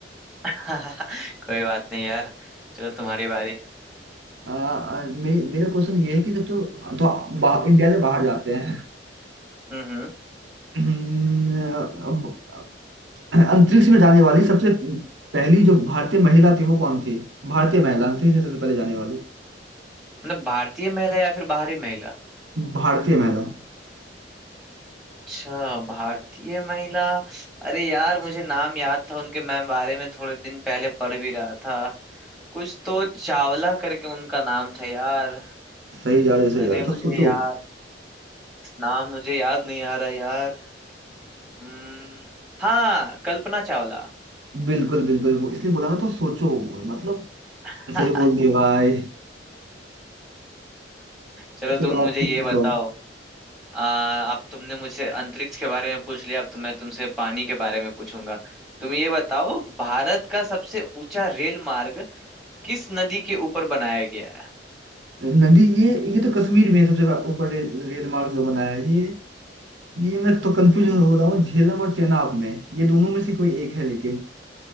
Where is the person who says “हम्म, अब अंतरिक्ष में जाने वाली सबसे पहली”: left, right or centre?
Right